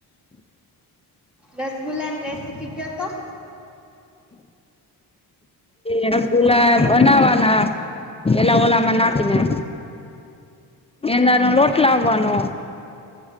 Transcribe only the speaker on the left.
એ રસગુલ્લા બનાવવાના, એલા ઓલામાં નાખીને એ નરમ લોટ લાવવાનો